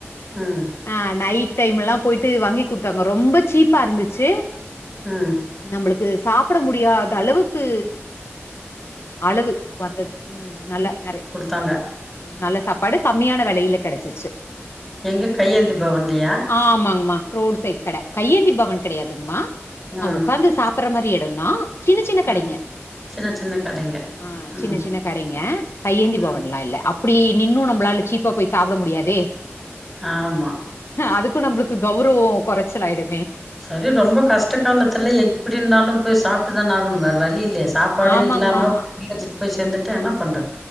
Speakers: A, in the centre; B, on the left.
A: ம்
B: ஆ நைட் டைம்லலா போயிட்டு வாங்கி குடுத்தாங்க ரொம்ப சீப்பா இருந்துச்சு
A: ம்
B: நம்புளுக்கு சாப்புட முடியாத அளவுக்கு அளவு வந்த ம் நல்லா நெறைய
A: தாங்க
B: நல்ல சாப்பாடு கம்மியான வெலையில கெடச்சிச்சு
A: எங்க கையேந்தி பவன்லையா
B: ஆமாங்கம்மா. ரோடு சைட் கட கையேந்தி பவன் கிடையாதுங்மா
A: ஆ
B: அ உக்காந்து சாப் ப்பற மாரி எடோ தா சின்ன சின்ன கடைங்க
A: ஆ சின்ன சின்ன கடைங்க
B: அ சின்ன
A: ம்
B: சின்ன கடைங்க கையேந்தி
A: ம்
B: பவன்லா இல்ல அப் அப்படி நின்னும் நம்மளால சீப்பா போய் சாப்ட முடியாதே
A: ஆமா
B: அதுக்கு நம்புளுக்கு கௌரவோ கொறச்சலாயிடு
A: சரி ரொம்ப கஷ்ட காலத்துல எப்டின்னாலு போய் சாப் ட்டு தான ஆகனும் வேற வழி இல்லயே சாப்பாடே
B: ஆமாங்கம்மா.
A: இல்லாம <unintelligible> போய் சேந் இத என்ன பண்ற